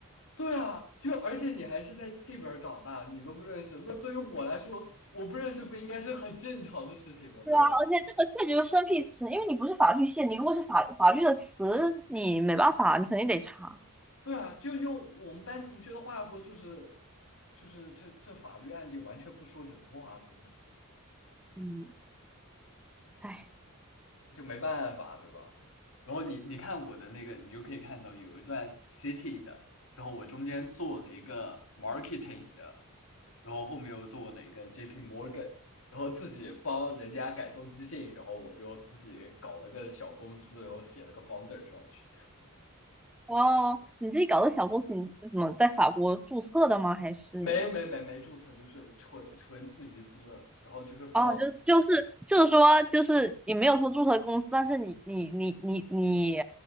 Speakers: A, on the left; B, in the centre.
A: 对啊，就而且你还是在这边儿长大，你都不认识，那对于我来说，我不认识不应该是很正常的事情吗？对吧？
B: 而且这个确实就是生僻词，因为你不是法律系，你如果是法法律的词，你没办法，你肯定得查。
A: 对啊，就用我们班同学的话说，就是，就是这这法律案例完全不说人话啊，真的。
B: 嗯，哎，
A: 就没办法，对吧？然后你你看我的那个，你就可以看到有一段 city 的，然后我中间做了一个 marketing 的，然后后面又做了一个 JP Morgan，然后自己帮人家改动机信，然后我就自己搞了个小公司，然后写了个 founder 上去，
B: 哦，你自己搞的小公司，你是怎么在法国注册的吗？还是
A: 没没没没注册，就是纯纯自娱自乐的，然后就是帮
B: 哦，就是就是就是说，就是也没有说注册公司，但是你你你你你